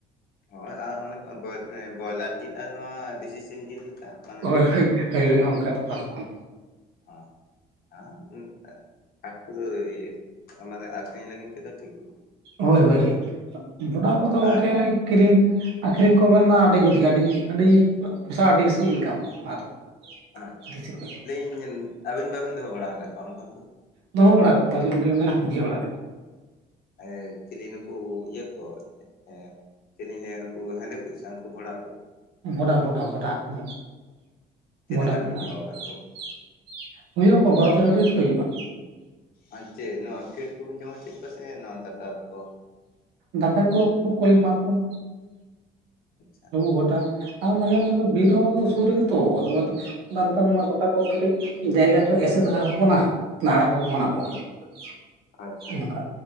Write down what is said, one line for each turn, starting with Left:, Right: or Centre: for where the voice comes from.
Left: ᱦᱳᱭ ᱚᱱᱮ ᱵᱚᱭᱞᱟᱨ ᱡᱤᱞ ᱟᱨ ᱱᱚᱣᱟ ᱫᱮᱥᱤ ᱥᱤᱢ ᱡᱤᱞ ᱞᱮᱠᱟ᱾ ᱢᱟᱱᱮ
Right: ᱦᱳᱭ ᱦᱳᱭ ᱦᱳᱭ ᱚᱱᱠᱟ ᱛᱚᱯᱷᱟᱫᱚᱜ ᱠᱟᱱᱟ᱾
Left: ᱦᱚ ᱦᱚᱸ ᱩᱸ ᱟᱸᱜ <unintelligible> ᱢᱟᱱᱮ ᱟᱠᱚᱨᱤᱧ ᱞᱟᱜᱤᱫ ᱛᱮᱫᱚ ᱴᱷᱤᱠᱚᱜᱼᱟ᱾
Right: ᱦᱳᱭ ᱦᱳᱭ ᱵᱷᱚᱰᱟ ᱠᱚᱫᱚ ᱜᱚᱢᱠᱮ
Left: ᱟᱨ
Right: ᱠᱤᱨᱤᱧ ᱟᱠᱷᱨᱤᱧ ᱠᱚᱵᱮᱱ ᱢᱮᱱᱫᱟ ᱟᱹᱰᱤ ᱡᱩᱛ ᱜᱮ ᱟᱹᱰᱤ ᱟᱹᱰᱤ ᱯᱚᱭᱥᱟ ᱟᱹᱰᱤ ᱵᱮᱥᱤ ᱤᱱᱠᱟᱢᱚᱜ-ᱟ ᱚᱱᱟ ᱫᱚ᱾
Left: ᱟᱪᱪᱷᱟ
Right: ᱫᱮᱥᱤ ᱠᱷᱚᱡ ᱫᱚ
Left: ᱞᱟᱹᱭᱟᱹᱧ ᱟᱵᱤᱱ ᱵᱟᱹᱵᱤᱱ ᱫᱚᱦᱚ ᱵᱟᱲᱟ ᱟᱠᱟᱫ ᱠᱚᱣᱟ ᱚᱱᱠᱟᱱ ᱠᱚ?
Right: ᱫᱚᱦᱚ ᱵᱟᱲᱟ ᱠᱟᱜ ᱠᱚᱣᱟᱞᱤᱧ ᱜᱮ ᱢᱮᱱᱟ ᱩᱜᱤᱭᱟᱹ ᱚᱲᱟᱜ ᱨᱮ᱾
Left: ᱮ ᱪᱤᱞᱤ ᱱᱩᱠᱩ ᱤᱭᱟᱹ ᱠᱚ ᱮᱸᱜ ᱪᱮᱫ ᱤᱧ ᱞᱟᱹᱭᱟ ᱱᱩᱠᱩ ᱦᱮᱸᱫᱮᱠ ᱥᱮ ᱩᱱᱠᱩ ᱵᱷᱚᱰᱟ ᱠᱚ?
Right: ᱵᱷᱚᱰᱟ ᱵᱷᱚᱰᱟ ᱵᱷᱚᱰᱟ ᱦᱩ
Left: ᱛᱤᱱᱟᱹᱜ
Right: ᱵᱷᱚᱰᱟᱚᱰᱟ
Left: ᱜᱟᱱ ᱵᱤᱱ ᱫᱚᱦᱚ
Right: <inaudible>
Left: ᱟᱠᱟᱫ ᱠᱚᱣᱟ
Right: ᱦᱩᱭᱩᱟᱠᱚ ᱵᱚᱨᱚᱛᱮᱨᱚᱴᱤ ᱠᱚ ᱦᱩᱭᱩᱜ- ᱟ᱾
Left: ᱟᱨ ᱪᱮᱫ ᱱᱚᱣᱟ ᱯᱷᱤᱴ ᱠᱚᱵᱤᱱ ᱡᱚᱢ ᱪᱮᱫ ᱠᱚᱣᱟ ᱥᱮ ᱱᱚᱣᱟ ᱫᱟᱠᱟ ᱠᱚ?
Right: ᱫᱟᱠᱟ ᱠᱚ ᱞᱚᱵᱩ ᱠᱚᱞᱮ ᱮᱢᱟ ᱠᱚᱣᱟ
Left: ᱟᱪᱷ
Right: ᱜᱚᱴᱟ ᱟᱨ ᱢᱟᱡᱷᱮ - ᱢᱟᱡᱷᱮ ᱵᱤᱨ ᱦᱚᱸ ᱥᱩᱨ ᱨᱮᱜᱮ ᱛᱚ ᱟᱫᱚ ᱟᱫᱚ ᱱᱮᱛᱟᱨ ᱢᱟ ᱜᱚᱴᱟ ᱠᱚ ᱠᱟᱹᱴᱤᱡ ᱡᱟᱭᱜᱟ ᱠᱚ ᱮᱥᱮᱫ ᱟᱠᱟᱫ ᱵᱚᱱᱟ <inaudible>
Left: ᱦᱩᱸ ᱟᱪᱪᱷᱟ
Right: ᱚᱱᱠᱟ